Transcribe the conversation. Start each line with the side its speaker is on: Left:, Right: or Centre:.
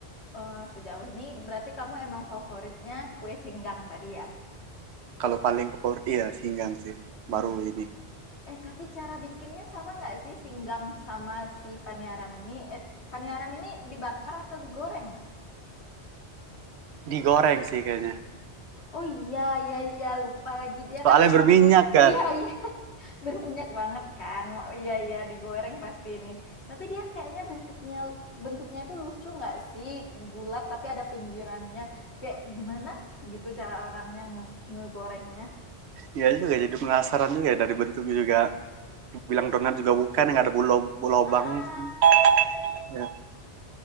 Left: eh, sejauh ini berarti kamu emang favoritnya kue singgang tadi ya?
Right: Kalau paling favorit iya singgang sih.
Left: Hmm,
Right: Baru ini
Left: Eh, tapi cara bikinnya sama nggak sih singgang sama si paniaram ini? Eh, paniaram ini dibakar atau digoreng ya?
Right: digoreng sih kayaknya.
Left: Oh iya, iya, iya, lupa lagi. Dia
Right: Soalnya
Left: kan emang,
Right: berminyak kan.
Left: iya, iya, <laughs> berminyak banget kan. Wah, Iya, iya, digoreng pasti ini. Tapi dia kayaknya bentuknya, bentuknya itu lucu nggak sih? Bulat tapi ada pinggirannya. Kayak gimana gitu cara orangnya nge ngegorengnya?
Right: Iya juga jadi penasaran juga dari bentuknya juga. Bilang donat juga bukan nggak ada bulu lubangnya
Left: Ah,
Right: cuman.
Left: ah.
Right: Ya.